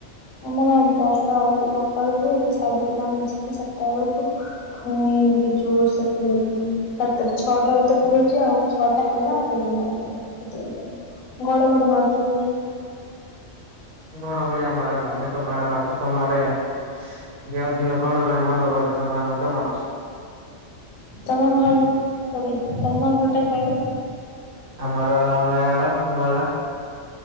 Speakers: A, on the left; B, on the right.
A: ଆମର ବର୍ଷା ହଉଛି ସକାଳୁ ଯେ, ଛାଡିଥିଲା। ମଝିରେ ଚାରିଟା ବେଳକୁ। ଫୁଣି ଯୋରେସରେ ବର୍ଷା କଣ ହେଲାଣି। ସାତ ଛଅଟା ବେଳୁ ତ ପକାଉଛି ଆଉ ଛଅଟା ହେଲା କମିଲା ବର୍ଷା <unintelligible> ଘଡଘଡି ମାରୁଛି।
B: ଘଡ଼ ଘଡ଼ିଆ ଆମ ଆଡ଼େ ମାରୁନି ତମ ମାରଚି, ତ ତମଆଡେ ଟିକେ ଅଧିକ ଘଡଘଡି ଭଲ ପାଉଛି ତମ ମାନଙ୍କୁ ତ ମାରୁଛି।
A: ତମ ଘର କ ତମ ଘର ଟା କୁଆଡେ?
B: ଆମର ନୂଆାଗଡ ନୂଆଗାଁ।